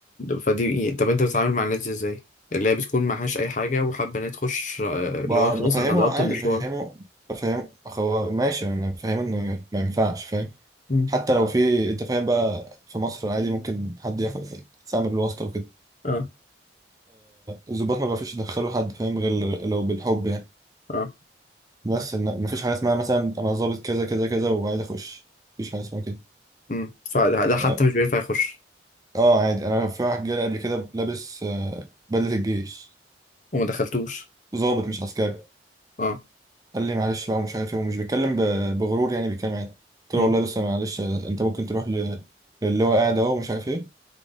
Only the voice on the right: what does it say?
بعرف-
بفهمه
عادي
بفهمه بفهم هو ماشي انا بفهمه انه ما ينفعش فاهم
حتى لو في انت فاهم بقى في مصر عادي ممكن حد ياخد يستعمل الواسطة وكده
الضباط ما بيعرفوش يدخلوا حد فاهم غير لو بالحب يعني
بس ان مفيش حاجة اسمها مثلا انا ظابط كذا كذا كذا وعايز اخش مفيش حاجة اسمها كده
اه
اه، عادي انا في واحد جالي قبل كده لابس آه، بدلة الجيش
ظابط مش عسكري
قال لي معلش بقى ومش عارف ايه ومش بيتكلم ب- بغرور يعني بيتكلم عادي قلت
له والله بس معلش آه، انت ممكن تروح ل- للي هو قاعد اهو ومش عارف ايه